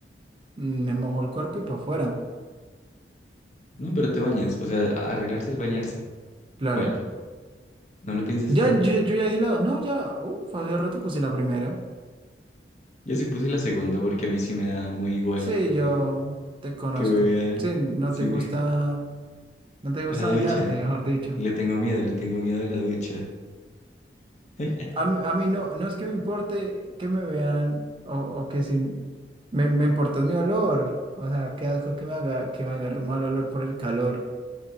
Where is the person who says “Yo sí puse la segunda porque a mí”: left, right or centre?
Left